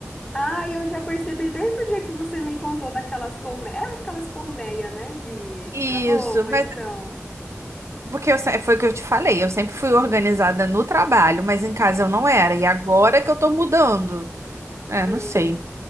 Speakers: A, on the left; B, on the right.
A: Ah, eu já percebi desde o dia que você me contou daquelas colmeias, aquelas colmeias, né, de
B: Isso,
A: para roupa,
B: mas
A: então.
B: porque eu, se- foi o que eu te falei, eu sempre fui organizada no trabalho, mas em casa eu não era. E agora que eu tô mudando. É,
A: É,
B: não sei.